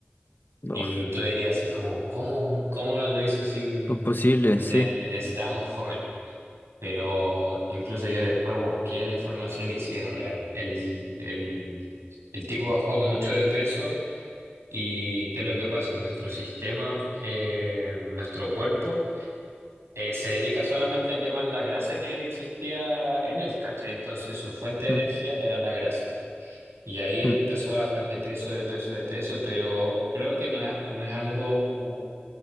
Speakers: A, on the left; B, on the right.
A: No,
B: Y tú dirías así como, ¿cómo, cómo lo hizo sin
A: no es posible,
B: ne-
A: sí.
B: necesitamos comer? Pero incluso yo después busqué la información y sí es real. El, el, el tipo bajó mucho de peso y ¿qué es lo que pasa en nuestro sistema, eh, nuestro cuerpo? eh, se dedica solamente a quemar la grasa que existía en él, ¿cachai? Entonces su fuente de energía
A: Mm,
B: era la grasa. Y ahí él
A: mm.
B: empezó a bajar de peso, de peso, de peso, pero creo que no es, no es algo,